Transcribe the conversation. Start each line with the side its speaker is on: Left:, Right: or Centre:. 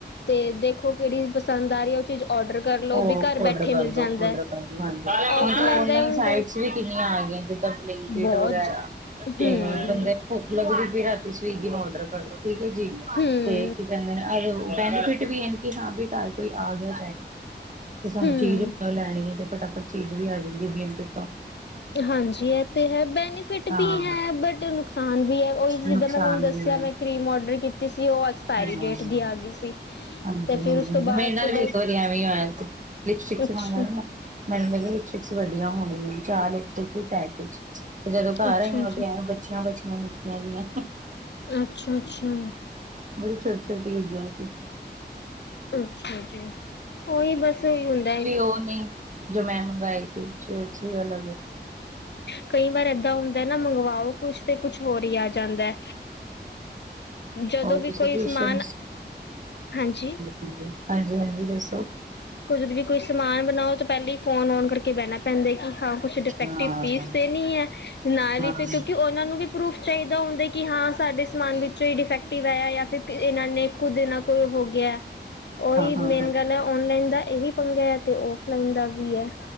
Left: ਤੇ ਦੇਖੋ ਕਿਹੜੀ ਪਸੰਦ ਆ ਰਹੀ ਆ ਉਹ ਚੀਜ਼
Right: <inaudible>
Left: ਔਡਰ ਕਰ ਲਓ
Right: ਉਹ
Left: ਵੀ ਘਰ
Right: ਔਡਰ
Left: ਬੈਠੇ
Right: ਕਰਦੋ
Left: ਮਿਲ ਜਾਂਦਾ
Right: ਔਡਰ
Left: ਹੈ
Right: ਕਰਦੋ ਹਾਂਜੀ, ਹੁਣ
Left: ਔਫਲਾਈਨ
Right: ਤਾਂ ਔਨਲਾਈਨ
Left: ਦਾ ਇਹ ਹੁੰਦਾ
Right: ਸਾਈਟਸ ਵੀ ਕਿੰਨੀਆ ਆ ਗਈ ਆ <unintelligible>
Left: ਬਹੁਤ
Right: ਵਗੈਰਾ ਇਹ
Left: ਹਮ
Right: ਬੰਦੇ ਭੁੱਖ ਲੱਗਦੀ ਪਈ ਏ ਰਾਤੀ ਸਵੀਗੀ ਔਡਰ ਕਰ ਲੋ ਠੀਕ ਏ ਜੀ।
Left: ਹੂੰ
Right: <unintelligible> ਬੈਨੀਫਿਟ ਵੀ ਹੈ ਹਾਂ ਵੀ ਘਰ ਕੋਈ ਆ ਗਿਆ ਤੇ ਸਾਨੂੰ
Left: ਹਮ
Right: ਚੀਜ਼ ਲੈਣੀ ਐ ਤੇ ਫਟਾਫਟ ਚੀਜ਼ ਵੀ ਆ ਜਾਂਦੀ ਬਲੈਂਕਿਟ ਤੋਂ।
Left: ਤੇ ਹਾਂਜੀ ਇਹ ਤੇ ਹੈ, ਬੈਨੀਫਿਟ
Right: ਹਾਂ
Left: ਵੀ ਹੈ ਬਟ ਨੁਕਸਾਨ ਵੀ ਹੈ ਉਹੀ ਜਿੱਦਾਂ
Right: ਨੁਕਸਾਨ
Left: ਮੈਂ ਤੁਹਾਨੂੰ ਦੱਸਿਆ
Right: ਵੀ ਹੈ
Left: ਮੈਂ ਕਰੀਮ ਔਡਰ ਕੀਤੀ ਸੀ ਉਹ ਐਕਸਪਾਇਰੀ
Right: ਹਾਂ
Left: ਡੇਟ ਦੀ ਆ ਗਈ ਸੀ
Right: ਹਾਂਜੀ
Left: ਤੇ ਫਿਰ
Right: ਹਾਂਜੀ
Left: ਉਸ ਤੋਂ
Right: ਮੇਰੇ
Left: ਬਾਅਦ
Right: ਨਾਲ
Left: ਤੇ
Right: ਵੀ
Left: ਬਸ
Right: ਇੱਕ ਵਾਰੀ ਐਵੇਂ ਹੋਇਆ ਸੀ ਲਿਪਸਟਿਕਸ
Left: ਅੱਛਾ,
Right: ਮੰਗਾਈਆ? ਮੈਨੂੰ ਲੱਗਿਆ ਲਿਪਸਟਿਕਸ ਵਧੀਆ ਹੋਣਗੀਆ, ਚਾਰ ਲਿਪਸਟਿਕਸ ਇੱਕ ਪੈਕ 'ਚ ਜਦੋਂ ਘਰ
Left: ਅੱਛਾ
Right: ਆਈਆਂ ਓਦੋ
Left: ਜੀ,
Right: ਆਏਂ ਬੱਛੀਆਂ -ਬੱਛੀਆਂ ਨਿੱਕੀਆਂ ਜਈਆ।
Left: ਅੱਛਾ- ਅੱਛਾ।
Right: ਬੜੀ ਛੋਟੀਆ- ਛੋਟੀਆਂ ਜਈਆਂ ਸੀ।
Left: ਅੱਛਾ ਜੀ, ਉਹੀ ਬਸ ਉਹੀ ਹੁੰਦਾ ਏ।
Right: ਹੋ ਨੇ ਜੋ ਮੈਂ ਮੰਗਵਾਏ ਸੀ ਸਟਸ਼ ਵੀ ਅਲੱਗ
Left: ਕਈ ਵਾਰ ਏਦਾ ਹੁੰਦਾ ਨਾ ਮੰਗਵਾਓ ਕੁੱਛ, ਤੇ ਕੁਛ ਹੋਰ ਈ ਆਜ ਆ ਜਾਂਦਾ, <inaudible> ਜਦੋਂ
Right: ਹੋਰ
Left: ਵੀ
Right: ਤੁਸੀਂ
Left: ਕੋਈ
Right: ਟਿਊਸ਼ਨ
Left: ਸਮਾਨ <inaudible> ਹਾਂਜੀ।
Right: <unintelligible> ਹਾਂਜੀ-ਹਾਂਜੀ ਦੱਸੋ।
Left: ਕੁਝ ਵੀ ਕੋਈ ਸਮਾਨ ਬਣਾਓ ਤਾਂ ਪਹਿਲਾਂ ਹੀ ਫੋਨ ਔਨ ਕਰਕੇ ਬਹਿਣਾ ਪੈਂਦਾ ਕਿ ਹਾਂ ਕੁਛ ਡਿਫੈਕਟਿਵ
Right: ਹਾਂ ਹਾਂ
Left: ਪੀਸ ਤੇ ਨਹੀਂ ਐ। ਨਾਲ
Right: ਹਾਂ
Left: ਈ
Right: ਹਾਂ
Left: ਫਿਰ ਕਿਉਂਕਿ ਉਹਨਾਂ ਨੂੰ ਵੀ ਪਰੂਫ ਚਾਹੀਦਾ ਹੁੰਦਾ ਕਿ ਹਾਂ ਸਾਡੇ ਸਮਾਨ ਵਿੱਚੋਂ ਹੀ ਡਿਫੈਕਟ ਟਿਵ ਆਇਆ ਜਾਂ ਫਿਰ ਇਹਨਾਂ ਨੇ ਖੁਦ ਇਨ੍ਹਾਂ ਕੋ ਹੋ ਗਿਆ ਉਹੀ ਮੇਨ
Right: ਹਾਂ
Left: ਪਹਿਲਾਂ ਔਨਲਾਈਨ ਦਾ ਇਹ ਵੀ ਪੰਗਾ ਐ ਤੇ ਔਫਲਾਈਨ ਦਾ ਵੀ ਐ।